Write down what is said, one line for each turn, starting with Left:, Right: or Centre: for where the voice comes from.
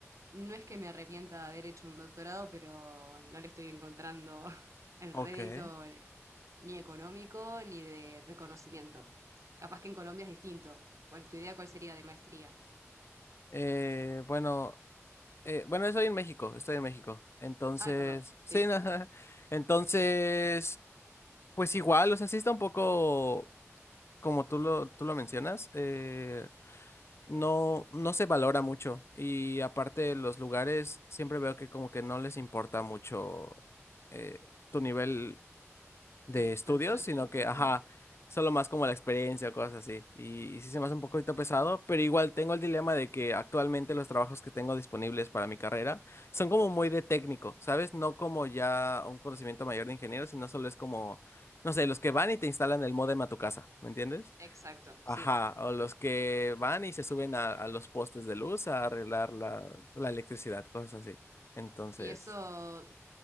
Right: no es que me arrepienta de haber hecho un doctorado, pero no le estoy encontrando <laughs> el
Left: ok.
Right: rédito ni económico ni de reconocimiento. Capaz que en Colombia es distinto. ¿Cuál, ¿Tu idea cuál sería de maestría?
Left: Eh, bueno, eh, bueno, estoy en México, estoy en México. Entonces,
Right: Ay, perdón,
Left: sí,
Right: sí,
Left: <laughs> ajá, Entonces, pues igual, o sea, sí está un poco como tú lo, tú lo mencionas. eh, no, no se valora mucho. Y aparte, los lugares siempre veo que como que no les importa mucho eh, tu nivel
Right: sí,
Left: de estudios,
Right: tal cual.
Left: sino
Right: <laughs>
Left: que, ajá, solo más como la experiencia o cosas así. Y, y sí se me hace un poquito pesado, pero igual tengo el dilema de que actualmente los trabajos que tengo disponibles para mi carrera son como muy de técnico, ¿sabes? No como ya un conocimiento mayor de ingeniero, sino solo es como, no sé, los que van y te instalan el módem a tu casa, ¿me entiendes?
Right: Exacto,
Left: Ajá,
Right: sí.
Left: o los que van y se suben a, a los postes de luz a arreglar la, la electricidad, cosas así. Entonces,
Right: ¿Y eso